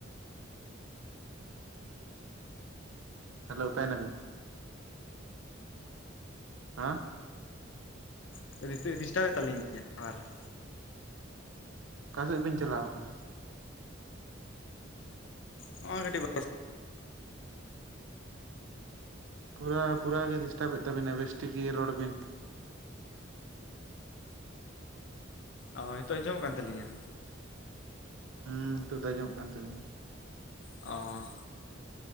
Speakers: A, on the right; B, on the left.
A: ᱦᱮᱞᱳ ᱚᱠᱟ ᱱᱟᱵᱤᱱ? ᱦᱟᱸ
B: <unintelligible> ᱰᱤᱥᱴᱟᱵᱮᱫ ᱛᱟᱹᱞᱤᱧ ᱜᱮᱭᱟ ᱟᱵᱟᱨ ᱾
A: ᱚᱠᱟ ᱥᱮᱫ ᱵᱮᱱ ᱪᱟᱞᱟᱣ ᱠᱟᱱᱟ ᱾
B: ᱱᱚᱜᱚᱭ ᱠᱟᱹᱴᱤᱡ ᱵᱟ
A: ᱯᱩᱨᱟᱹ ᱯᱩᱨᱟ ᱜᱮ ᱰᱤᱥᱴᱟᱵᱮᱫ ᱛᱟᱵᱤᱱᱟ ᱵᱮᱥ ᱴᱷᱤᱠ ᱜᱮ ᱨᱚᱲ ᱵᱤᱱ ᱾
B: ᱚ ᱦᱤᱴᱚᱜ ᱟᱸᱚᱢᱚᱜ ᱠᱟᱱ ᱛᱟᱹᱞᱤᱧᱟ?
A: ᱦᱩᱸ ᱱᱤᱛᱚᱜ ᱫᱚ ᱟᱸᱚᱢᱚᱜ ᱠᱟᱱ ᱛᱟᱵᱤᱱᱟ ᱾
B: ᱚ